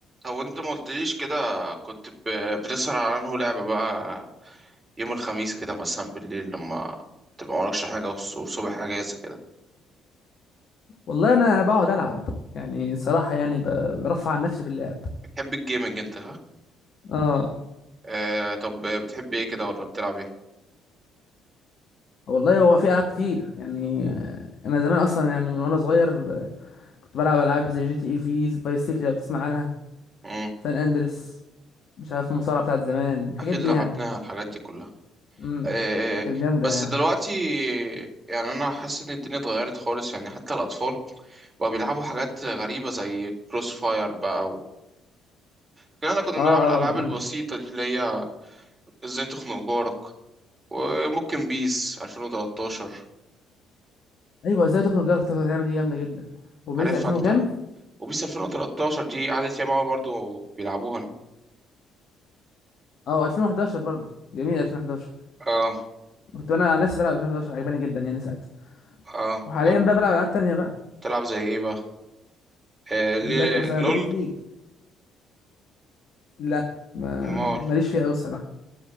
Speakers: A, on the right; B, on the left.
A: او انت ما قلتليش كده كنت ب- بتسهر على انه لعبة بقى يوم الخميس كده مثلا بالليل لما تبقى مالكش حاجة والص- والصبح اجازة كده
B: والله انا بقعد العب يعني صراحه يعني ب- برفع عن نفسي باللعب
A: بتحب الجيمنج انت ها
B: اه
A: آه طب بتحب ايه كده ولا بتلعب ايه
B: والله هو في العاب كتير يعني آه، انا زمان اصلا يعني من وانا صغير ب- كنت بلعب العاب زي جي تي اي في فايس سيتي لو تسمع عنها
A: مم.
B: سان اندريس مش عارف المصارعه بتاعت زمان الحاجات
A: اكيد
B: دي
A: لعبناها
B: يعني
A: الحاجات دي كلها
B: امم
A: آه
B: كانت جامده
A: بس
B: يعني
A: دلوقتي يعني انا حاسس ان الدنيا اتغيرت خالص يعني حتى الاطفال بقوا بيلعبوا حاجات غريبة زي كروس فاير بقى و... لكن احنا كنا
B: اه
A: بنلعب
B: اه
A: الالعاب
B: آه. آه.
A: البسيطة دي اللي هي ازاي تخنق جارك وممكن بيس 2013
B: ايوه ازاي تخنق جارك تقدر تعمل دي جامده جدا وبيس
A: عارفها
B: 2000
A: انت
B: وكام
A: وبيس 2013 دي قعدت ياما أوي برضو بيلعبوها
B: اه 2011 برضه جميل 2011
A: اه
B: كنت انا على نفسي بلعب 2011 عجباني جدا يعني ساعتها
A: اه
B: وحاليا
A: حلو
B: بقى بلعب العاب تانية بقى
A: تلعب زي ايه بقى آه ليه
B: عندك مثلا
A: لول
B: روكيت ليج لا ما
A: مال
B: ماليش فيها قوي الصراحه